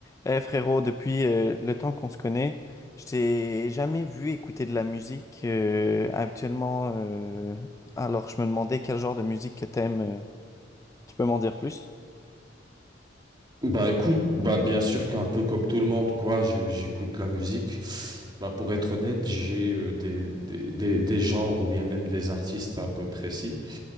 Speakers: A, on the left (about 15°); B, on the right (about 25°).
A: Eh frérot, depuis euh, le temps qu'on se connaît, je t'ai jamais vu écouter de la musique euh, habituellement. euh, alors je me demandais quel genre de musique que t'aimes. euh, tu peux m'en dire plus?
B: Bah écoute, bah bien sûr qu'un peu comme tout le monde, quoi, j'ai- j'écoute de la musique. Bah pour être honnête, j'ai euh, des, des, des, des genres ou bien même des artistes un peu précis.